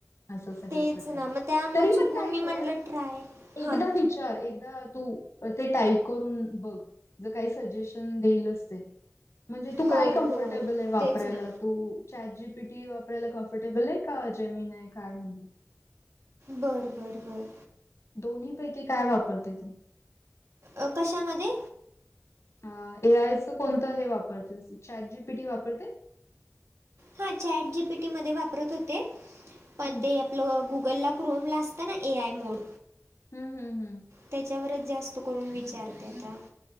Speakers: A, on the left (about 80°); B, on the right (about 80°).
A: असा सगळा
B: तेच
A: प्रकार
B: ना मग त्यामुळं
A: तरी
B: चुकून
A: पण काय
B: मी म्हटलं
A: कर
B: ट्राय
A: एकदा
B: हां.
A: विच तर एकदा तू अ ते टाईप करून बघ ज काही सजेशन देईलच ते म्हणजे तू
B: हो,
A: काय कम्फर्टेबल
B: हो.
A: ए वापरायला
B: तेच ना.
A: तू चाट जी पी टी वापरायला कम्फर्टेबल ये का जेमीन आय काय म्हण
B: बरं बरं बर
A: दोन्हीपैकी काय वापरते तु
B: अ कशामध्ये
A: अ ए आयचं कोणतं हे वापरतेस चॅट जी पी टी वापरते.
B: हा चॅट जी पी टी मध्ये वापरत होते पण
A: हम्म.
B: ते आपलं अ गुगल ला क्रोमला असतं ना ए आय मोड
A: हम्म हम्म हम्म
B: त्याच्यावरच जास्त करून विचारते आता